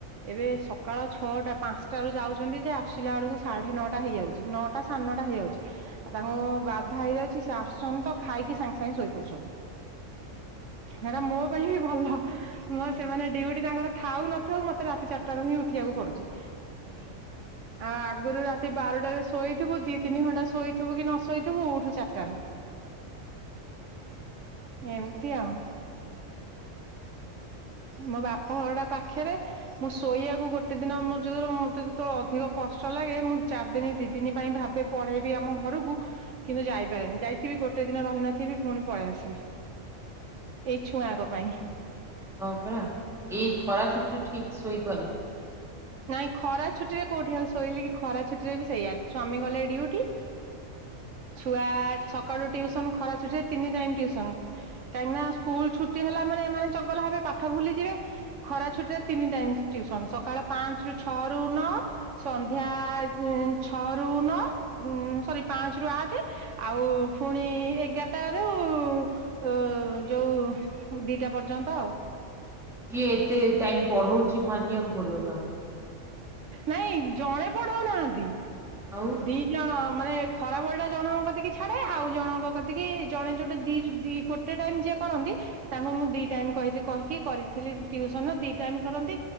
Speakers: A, on the right; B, in the centre.
A: ଏବେ ସକାଳ ଛଅଟା ପାଞ୍ଚଟାରୁ ଯାଉଚନ୍ତିଯେ ଆସିଲା ବେଳକୁ ସାଢେ ନଅଟା ହେଇଯାଉଚି ନଅ ଟା ସାନଟା ହେଇଯାଉଚି ଆଉ ତାଙ୍କୁ ବାଧା ହେଇଯାଉଚି ସେଆସୁଚନ୍ତିତ ଖାଇକି ସାଙ୍ଗେ ସାଙ୍ଗେ ଶୋଇପଡ଼ୁଚନ୍ତି। ସେଇଟା ମୋ ପାଇଁହି ଭଲ। ମଁ
B: ହୁଁ,
A: ସେମାନେ ଡଉଟି ତାଙ୍କର ଥାଉ ନଥାଉ ମତେ ରାତି ଚାରିଟାରୁହିଁ ଉଠିବାକୁ ପଡ଼ୁଚି।
B: ହୁଁ।
A: ଆଉ ଆଗରୁ ରାତି ବାରଟାରେ ଶୋଇଥିବୁ ଦିତିନି ଘଣ୍ଟା ଶୋଇଥିବୁକି ନଶୋଇଥିବୁ ଉଠୁ ଚାରିଟାରୁ। ଏମିତି ଆଉ। ମୋ ବାପ ଘରଟା ପାଖେରେ ମୁଁ ଶୋଇବାକୁ ଗୋଟେ ଦିନ ମୋର ଯେତେଳେ ମତେ ଯେତେବେଳେ ଅଧିକ କଷ୍ଟ ଲାଗେ ମୁଁ ଚାରିଦିନି ଦିଦିନି ପାଇଁ ଭାବେ ପଳେଇବି ଆମ ଘରକୁ କିନ୍ତୁ ଯାଇପାରେନି ଯାଇଥିବି ଗୋଟେ ଦିନ ରହିନଥିବି ପୁଣି ପଳେଇ ଆସିବି। ଏଇ ଛୁଆଙ୍କ ପାଇଁ।
B: ହଁ ପା ଏଇ ଖରା ଛୁଟିରେ ଠିକ୍ ଶୋଇପାରୁନି।
A: ନାଇଁ ଖରା ଛୁଟି ରେ କଉଠି ଆଉ ଶୋଇଲେ କି ଖରା ଛୁଟିରେ ବି ସେଇଆ ସ୍ଵାମୀ ଗଲେ ଡିଉଟି ଛୁଆ ସକାଳୁ ଟ୍ୟୁସନ୍ ଖରା ଛୁଟିରେ ତିନି ଟାଇମ୍ ଟିଉସନ୍। କାହିଁକି ନା ସ୍କୁଲ ଛୁଟି ହେଲା ମାନେ ଏମାନେ ଚଗଲା ହେବେ ପାଠ ଭୁଲିଯିବେ। ଖରା ଛୁଟି ରେ ତିନି ଟାଇମ୍ ଟ୍ୟୁସନ୍ ସକାଳ ପାଞ୍ଚ୍ ରୁ ଛଅ ରୁ ନଅ ସନ୍ଧ୍ୟା ଛଅରୁୁ ନଅ ଉଁ-ସରି ପାଞ୍ଚ ରୁ ଆଠେ ଆଉ ଫୁଣି ଏଗାର୍ ଟା ରୁ ଉ- ଯଉ ଦିଟା ପର୍ଯ୍ୟନ୍ତ ଆଉ।
B: କିଏ ଏତେ ଟାଇମ୍ ପଢଉଚି ମାନିବାକୁ ପଡିବ ତାକୁ।
A: ନାଇଁ ଜଣେ ପଢଉ ନାହାଁନ୍ତି
B: ଆଉ?
A: ଦି ଜଣ ମାନେ ଖରା ବଳି ଟା ଜଣଙ୍କ କତିକି ଛାଡେ ଆଉ ଜଣଙ୍କ କତିକି ଜଣେ ଯଉଟେ ଦି-ଦି ଗୋ ଟେ ଟାଇମ୍ ଯା କରନ୍ତି ତାଙ୍କୁ ମୁଁ ଦି ଟାଇମି କହିକି କରିଥିଲି ଟିଉସନ୍ ଦି ଟାଇମ୍ କରନ୍ତି